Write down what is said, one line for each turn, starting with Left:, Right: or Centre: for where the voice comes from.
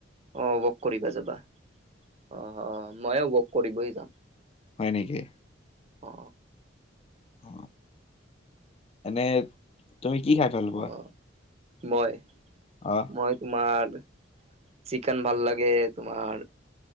Right: অ ৱৰ্ক কৰিব যাবা অ অ ময়ো ৱৰ্ক কৰিবই যাম
Left: হয় নেকি
Right: অ
Left: অ এনে তুমি কি খাই ভাল পোৱা
Right: অ মই
Left: অ
Right: মই তোমাৰ চিকেন ভাল লাগে তোমাৰ